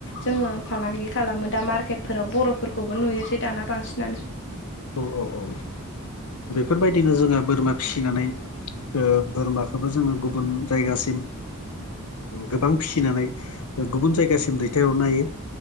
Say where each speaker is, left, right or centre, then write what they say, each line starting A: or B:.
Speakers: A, on the left; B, on the left.
A: जोङो फालांगि खालामो दा मार्केटफोराव बर'फोरखौबो नुयोसै दाना बांसिनानो।
B: औ औ औ। फोरबायदिनो जोङो बोरमा फिसिनानै। ओ बोरमाखोबो जोङो गुबुन जायगासिम गोबां फिसिनानै गुबुन जायगासिम दैथायहरनो हायो